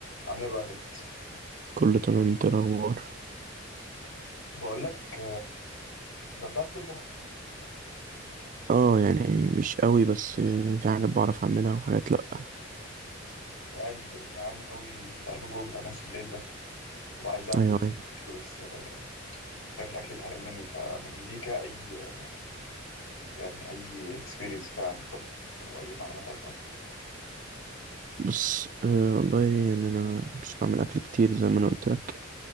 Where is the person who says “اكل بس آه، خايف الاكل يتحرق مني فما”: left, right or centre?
Left